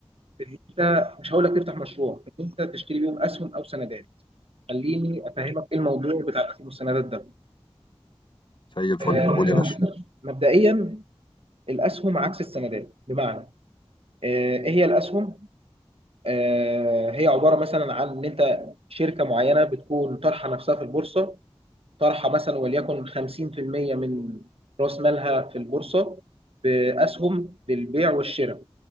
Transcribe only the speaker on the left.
زي الفل
قول يا باشا